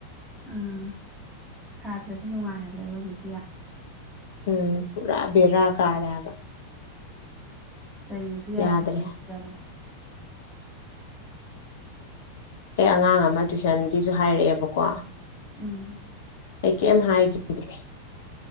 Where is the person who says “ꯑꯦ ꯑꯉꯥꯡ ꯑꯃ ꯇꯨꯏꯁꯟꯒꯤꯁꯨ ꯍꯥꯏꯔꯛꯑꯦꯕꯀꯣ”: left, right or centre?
Left